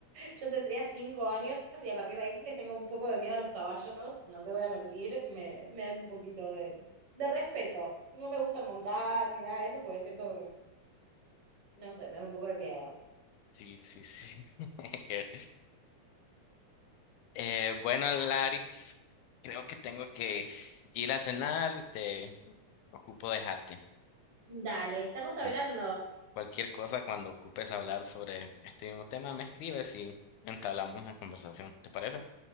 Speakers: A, on the right; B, on the left.
A: Yo tendría cinco años y a partir de ahí les tengo un poco de miedo a los caballos, no te voy a mentir, me, me dan un poquito de, de respeto. No me gusta montar ni nada de eso porque siento que, no sé, me dan un poco de miedo.
B: Sí, sí, sí. <laughs> Que- Eh, bueno, Larix, creo que tengo que ir a cenar. Te ocupo dejarte.
A: Dale, estamos hablando.
B: Mm. Cualquier cosa, cuando ocupes hablar sobre este mismo tema, me escribes y entablamos una conversación. ¿Te parece?